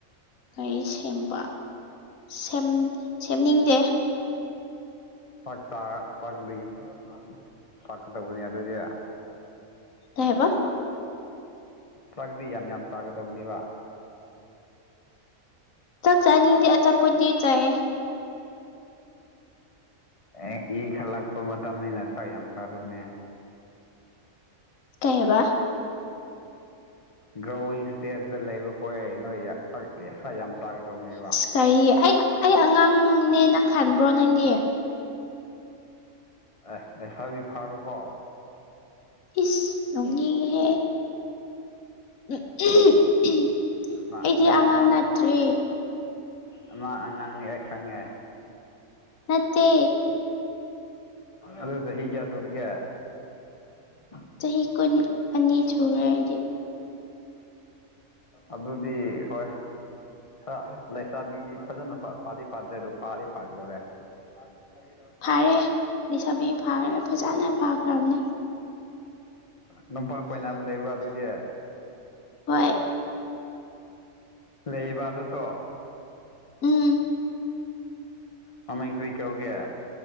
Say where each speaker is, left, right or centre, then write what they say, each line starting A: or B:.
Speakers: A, on the left (about 70°); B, on the left (about 30°).
A: ꯀꯩ ꯁꯦꯝꯕ ꯁꯦꯝ ꯁꯦꯝꯅꯤꯡꯗꯦ
B: <unintelligible> ꯀꯗꯧꯕꯅꯦ ꯑꯗꯨꯗꯤ
A: ꯀꯩ ꯍꯥꯏꯕ
B: ꯆꯥꯛꯗꯤ ꯌꯥꯝ ꯌꯥꯝ ꯆꯥꯒꯗꯧꯕꯅꯤꯕ
A: ꯆꯥꯛ ꯆꯥꯅꯤꯡꯗꯦ ꯑꯆꯄꯣꯇꯤ ꯆꯥꯏꯌꯦ
B: ꯑꯦ ꯏꯪꯈꯠꯂꯛꯄ ꯃꯇꯝꯅꯤꯅ ꯆꯥꯛ ꯌꯥꯝ ꯆꯥꯒꯗꯕꯅꯦ
A: ꯀꯩ ꯍꯥꯏꯕ
B: ꯒ꯭ꯔꯣꯋꯤꯡ ꯏꯁꯇꯦꯖꯇ ꯂꯩꯕ ꯈꯣꯏ ꯅꯣꯏ ꯆꯛ ꯌꯥꯝ ꯆꯥꯒꯗꯧꯕꯅꯦꯕ
A: ꯆꯍꯤ ꯑꯩ ꯑꯩ ꯑꯉꯥꯡꯅꯦꯅ ꯈꯟꯕ꯭ꯔꯣ ꯅꯪꯗꯤ
B: ꯑꯦ ꯂꯩꯁꯥꯕꯤ ꯐꯥꯔꯕꯣ
A: ꯏꯁ ꯅꯣꯛꯅꯤꯡꯉꯦꯍꯦ ꯎꯝ ꯎꯝ ꯎꯝ
B: ꯅꯪ
A: ꯑꯩꯗꯤ ꯑꯉꯥꯡ ꯅꯠꯇ꯭ꯔꯦ
B: ꯑꯉꯥꯡ ꯑꯉꯥꯡꯅꯤ ꯑꯩ ꯈꯪꯉꯦ
A: ꯅꯠꯇꯦ
B: ꯑꯗꯨ ꯆꯍꯤ ꯀꯌꯥ ꯁꯨꯔꯒꯦ <unintelligible>
A: ꯆꯍꯤ ꯀꯨꯟ ꯑꯅꯤ ꯁꯨꯔꯦ ꯑꯩꯗꯤ
B: ꯑꯗꯨꯗꯤ ꯍꯣꯏ ꯈꯔ ꯂꯩꯁꯥꯕꯤꯗꯤ ꯐꯖꯅ ꯐꯥꯗꯤ ꯐꯥꯗ꯭ꯔꯤ ꯑꯗꯨ ꯐꯥꯗꯤ ꯐꯥꯒꯗꯧꯔꯦ <unintelligible>
A: ꯐꯥꯔꯦ ꯂꯩꯁꯥꯕꯤ ꯐꯥꯔꯦ ꯐꯖꯅ ꯐꯥꯈ꯭ꯔꯕꯅꯦ
B: ꯅꯨꯄꯥ ꯀꯣꯏꯅꯕ ꯂꯩꯕ꯭ꯔꯥ ꯑꯗꯨꯗꯤ
A: ꯍꯣꯏ
B: ꯂꯩꯕ ꯑꯗꯨꯁꯨ
A: ꯎꯝ
B: ꯃꯃꯤꯡ ꯀ꯭ꯔꯤ ꯀꯧꯒꯦ